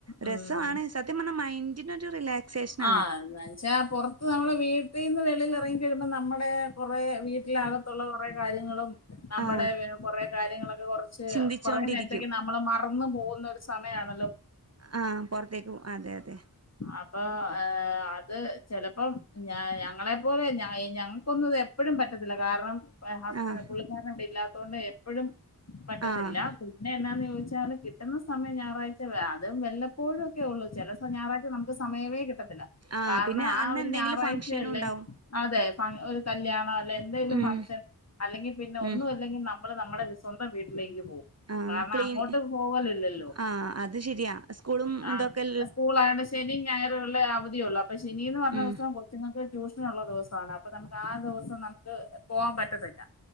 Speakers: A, on the right; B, on the left.
A: രസമാണ്
B: ഉം
A: സത്യം പറഞ്ഞാ മൈൻഡിനൊരു റിലാക്സേഷനാണ്
B: ആഹ് എന്നാച്ചാ പുറത്ത് നമ്മളെ വീട്ടീന്ന് വെ ളിൽ ഇറങ്ങിക്കഴിയുമ്പോ നമ്മടെ കൊറേ വീട്ടിലകത്തുള്ള കൊറേ കാര്യങ്ങളും, നമ്മുടെ
A: ആഹ്
B: കൊറേ കാര്യങ്ങളൊക്കെ കൊറച്ച്
A: ചിന്തിച്ചോണ്ടിരിക്കും
B: കൊറേ നേരത്തേക്ക് നമ്മള് മറന്നു പോവുന്ന ഒരു സമയാണ്.
A: ആ പൊർത്തേക്ക് അതെ അതെ.
B: അപ്പോ ഏ അത് ചെലപ്പം ഞ ഞങ്ങളെ പോലെയുള്ള ഞയി ഞങ്ങൾക്കൊന്നും എപ്പഴും പറ്റത്തില്ല കാരണം
A: ആഹ്
B: പുള്ളിക്കാരൻ ഇവിടെ <unintelligible> എപ്പോഴും പറ്റത്തില്ല,
A: ആഹ്
B: പിന്നെ എന്നാന്ന് ചോദിച്ച <unintelligible> കിട്ടുന്ന സമയം ഞായറാഴ്ച അതും വല്ലപ്പോഴുഒക്കെ ഉള്ളൂ. ചെലസം ഞായറാഴ്ച നമുക്ക് സമയവേ കിട്ട ത്തില്ല.
A: ആഹ്
B: കാരണം
A: പിന്നെ
B: ആ
A: അന്ന്
B: ഒരു
A: എന്തെങ്കിലും
B: ഞായറാഴ്ചയല്ലേ
A: ഫംഗ്ഷനും ഉണ്ടാവും
B: അതെ ഒരു കല്യാണോ അല്ലെ എന്തെങ്കിലും
A: ഉം
B: ഫംഗ്ഷൻ, അല്ലെങ്കിപിന്നെ ഒന്നും
A: ഉം
B: അല്ലെങ്കിൽ നമ്മ് നമ്മള് നമ്മളേ സ്വന്തം വീട്ടിലേക്ക് പോകും
A: ആ
B: കാരണം
A: ക്ലീനി
B: അങ്ങോട്ട് പോകലില്ലല്ലോ
A: ആ അത് ശരിയാ സ്കൂളും
B: ആഹ്
A: ഇന്തൊക്കെ
B: സ്കൂളായോണ്ട് ശനി ഞായർ ഇള്ളെ അവധിയൊള്ളൂ. അപ്പൊ ശനീന്ന് പറഞ്ഞ
A: ഉം
B: ദിവസം കൊച്ചുങ്ങൾക്ക് ട്യൂഷനുള്ള ദിവസമാണ്‌ അപ്പൊ അപ്പ നമുക്ക് ആ ദിവസം നമുക്ക് പോകാൻ പറ്റത്തില്ല.